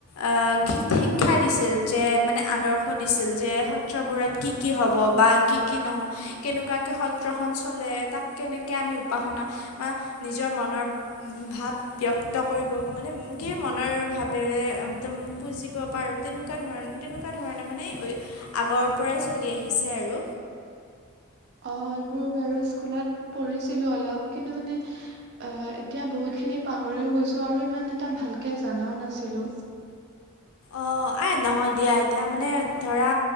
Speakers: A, on the left (about 85°); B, on the right (about 50°).
A: আহ শি শিক্ষা দিছিল যে মানে আদৰ্শ দিছিল যে সত্ৰবোৰত কি কি হ'ব বা কি কি নহয়। কেনেকুৱাকে সত্ৰখন চলে তাক কেনেকে আমি উপাসনা বা নিজৰ মনৰ ভাৱ ব্যক্ত কৰিব মানে কি মনৰ ভাৱেৰে একদম পুঁজি ব পাৰো, তেনেকুৱা ধৰণ তেনেকুৱা ধৰণে মানে আগৰ পৰাই চলি আহিছে আৰু।
B: অ এইবোৰ বাৰু স্কুলত পঢ়িছিলো অলপ কিন্তু মানে এ এতিয়া বহুত খিনি পাহৰিও গৈছো আৰু ইমান এটা ভালকে জানাও নাছিলো।
A: অঁ এই নহয় দিয়া এতিয়া মানে ধৰা